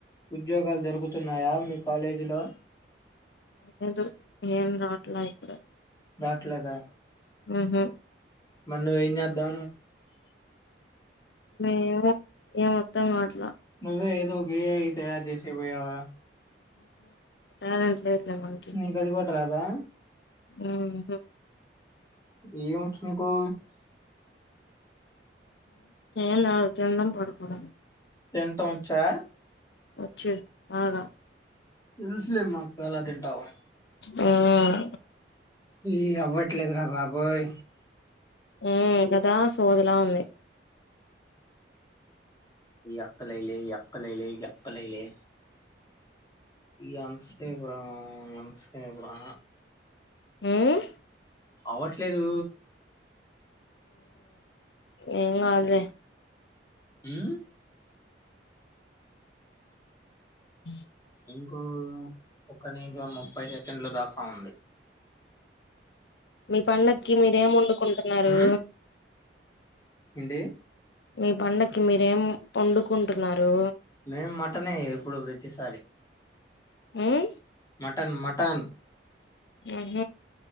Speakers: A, on the left; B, on the left.
A: ఉద్యోగాలు దొరుకుతున్నాయా మీ కాలేజీలో
B: లేదు ఏం రాట్ల ఇక్కడ
A: రాట్లేదా
B: ఉహుమ్
A: మన్న ఎ లా
B: ఏమో ఏమర్థంకావట్లా
A: నువ్వే ఏదో గయయితే ఆజస గయవా
B: లేధు లేధు ఎవనకి
A: నీకది గూడా రాదా
B: ఆహ
A: ఏో నీకు
B: ఏం లేదు తినడం పడుకోవడం
A: తింటాం వచ్చా
B: వచ్చు బాగా
A: తెలుసులే మాకు ఎలా తింటావు
B: హ్మ్
A: ఈ అవ్వట్లేదురా బాబా బాబోయ్
B: ఆ కదా సోదిలా ఉంది
A: ఎక్కలైలే ఎక్కలైలే ఎక్కలైలే ఈగా ఎంతసేపు రా ఎంత సేపు రా
B: ఓయ్
A: అవట్లేదు
B: ఎం కాదులే
A: హు
B: అ
A: ఇంకో ఒక నిమిషము ముప్పై సెకండ్లు దాకా అవుంది
B: మీ పండకి మీరేం వండుకుంటున్నారు
A: హ్మ్? ఏంటి
B: మీ పండకి మీరేం వండుకుంటున్నారు
A: మేం మటన్ ఏ ఎప్పుడు ప్రతిసారి
B: హ్మ్
A: మటన్ మటన్
B: ఆహ